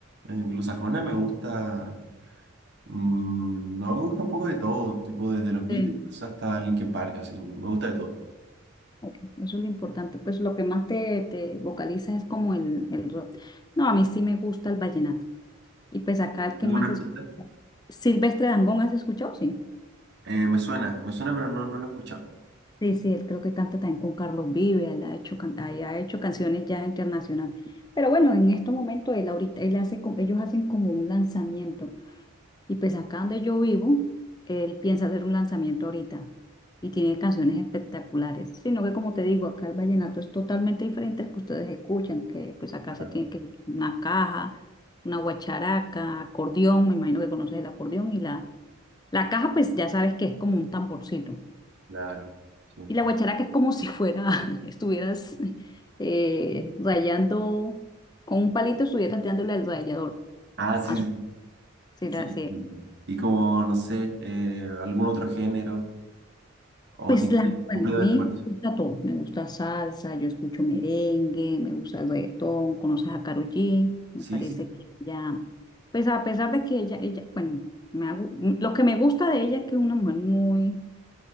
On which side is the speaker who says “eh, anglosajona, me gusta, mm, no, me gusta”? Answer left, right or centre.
Right